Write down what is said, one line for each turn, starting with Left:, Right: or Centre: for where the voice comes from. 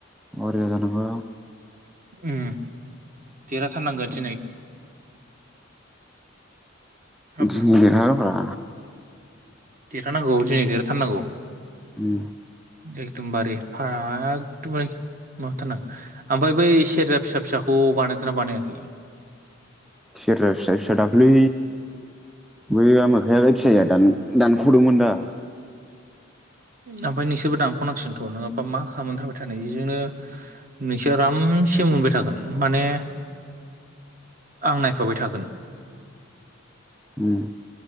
Centre: बरिया जानांगौ।
Right: उम देरहाथारनांगोन दिनै। हाब
Centre: दिनै देरहागोनब्रा।
Right: देरहानांगौ दिनै देरहाथारनांगौ।
Centre: उम।
Right: एखदमबारे फार एकदमबारे माबाथारनांगौ। ओमफ्राय बै सेरजा फिसा फिसाखौ बानायदोंना बानायाखै?
Centre: सेरजा फिसा फिसा दाख्लै बै आमो बे ओथियाया दान-दानख'दोंमोन दा।
Right: ओमफ्राय नोंसोरबो दानख'नांसिगोनथ नङाबा मा खालामनानै थाबाय थानो एजोंनो नोंसोर आरामसे मोनबाय थागोन माने आं नायफाबाय थागोन।
Centre: उम।